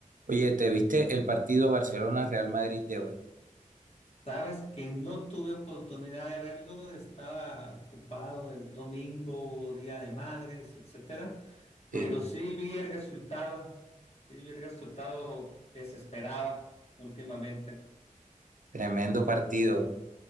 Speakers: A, on the right (about 75°); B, on the left (about 50°).
A: Oye, ¿te viste el partido Barcelona-Real Madrid de hoy?
B: Sabes que no tuve oportunidad de verlo, estaba ocupado el domingo, Día de Madres, etcétera, pero
A: Sí,
B: sí vi el resultado, sí vi el resultado que se esperaba últimamente.
A: tremendo partido.